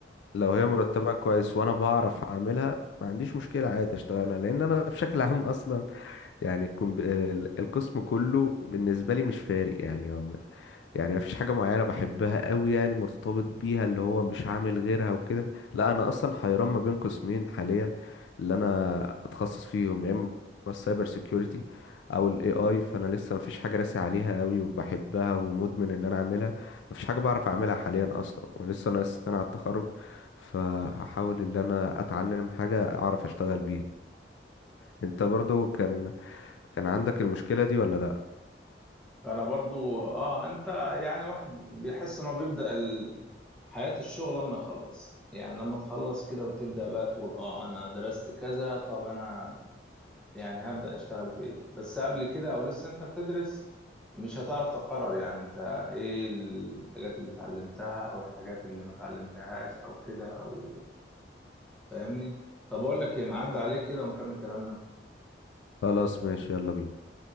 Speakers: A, on the left (about 80°); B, in the centre.
A: لو هي مرتبها كويس وأنا بعرف أعملها ما عنديش مشكلة عادي أشتغلها لأن أنا بشكل عام أصلا يعني الكمب... ال- القسم كله بالنسبة لي مش فارق يعني هو م- يعني مفيش حاجة معينة بحبها قوي يعني مرتبط بيها اللي هو مش عامل غيرها وكده لا أنا أصلا حيران ما بين قسمين حاليا اللي أنا أتخصص فيهم يا إما السايبر سيكيورتي أو ال AI فأنا لسه مفيش حاجة راسي عليها قوي وبحبها ومدمن إن أنا أعملها مفيش حاجة بعرف أعملها حاليا أصلا ولسه ناقص سنة على التخرج فهحاول إن أنا أتعلم حاجة أعرف أشتغل بيها انت برضو كان كان عندك المشكلة دي ولا لا
B: لا انا برضو اه انت يعني الواحد بيحس ان هو بيبدأ ال- حياة الشغل لما يخلص يعني لما تخلص كده وتبدأ بقى تقول اه انا درست كذا طب انا يعني هبدأ اشتغل في ايه بس قبل كده او لسه انت بتدرس مش هتعرف تقرر يعني انت ايه الحاجات اللي اتعلمتها او الحاجات اللي ما اتعلمتهاش او كده او فاهمني طب اقول لك ايه معدي عليك كده ونكمل كلامنا
A: خلاص ماشي يلا بينا